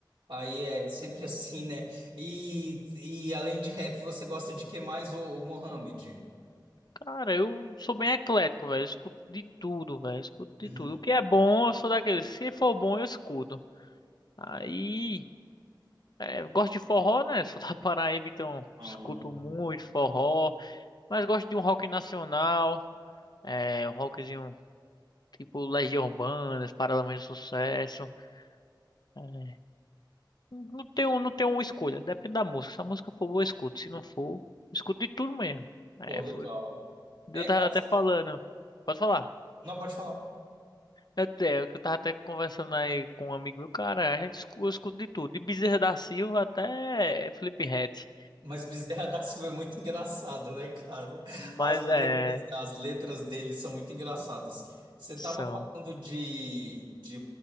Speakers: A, on the right; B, on the left.
A: Aí é sempre <laughs> assim, né? E, e além de rap, você gosta de que mais, ô, ô Mohamed?
B: Cara, eu sou bem eclético, velho. Eu escuto de tudo, velho. Eu Escuto de
A: <laughs>
B: tudo. O que é bom, eu sou daquele. Se for bom, eu escuto. Aí, é, eu gosto de forró, né? <laughs> Sou da Paraíba, então
A: Hum,
B: escuto muito forró. Mas gosto de um rock nacional. É, um rockzinho Tipo Legião Urbana, Paralamas do Sucesso. É, Não tenho, não tenho uma escolha, depende da música. Se a música for boa, eu escuto. Se não for, eu escuto de tudo mesmo. É,
A: Pô, legal.
B: f-
A: É,
B: eu tava
A: cara,
B: até
A: você-
B: falando. Pode falar.
A: não pode falar.
B: Até, o que eu tava até conversando aí com um amigo meu, cara, a gente escuta, eu escuto de tudo, de Bezerra da Silva até Felipe Fliphead.
A: Mas Bezerra da Silva é muito engraçado, né, cara? As
B: Mas é,
A: letras, as letras dele são muito engraçadas. Você estava
B: são,
A: falando de, de